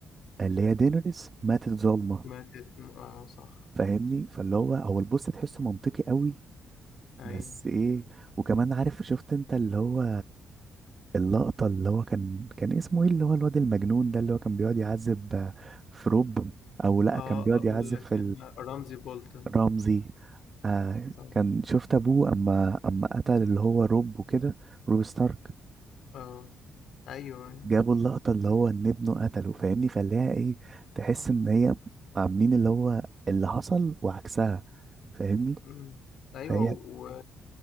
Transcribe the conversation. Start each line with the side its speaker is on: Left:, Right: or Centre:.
Right: اللي هي دينيريس ماتت ظالمة
Left: ماتت اه صح
Right: فاهمني
Left: صح
Right: فاللي هو هو البوست تحسه منطقي قوي
Left: ايوه
Right: بس ايه وكمان عارف شفت انت اللي هو اللقطة اللي هو كان كان اسمه ايه اللي هو الواد المجنون ده اللي هو كان بيقعد يعذب آه، في روب او لا
Left: آه
Right: كان بيقعد
Left: أقول
Right: يعذب
Left: لك
Right: في
Left: أنا رمزي بولتن
Right: رمزي آه
Left: صح
Right: كان شفت ابوه اما اما قتل اللي هو روب وكده روب ستارك
Left: آه أيوه أيوه
Right: جابوا اللقطة اللي هو ان ابنه قتله فاهمني فاللي هي ايه تحس
Left: صح
Right: ان هي عاملين اللي هو اللي حصل وعكسها فاهمني
Left: مم. أيوه
Right: فهي
Left: و...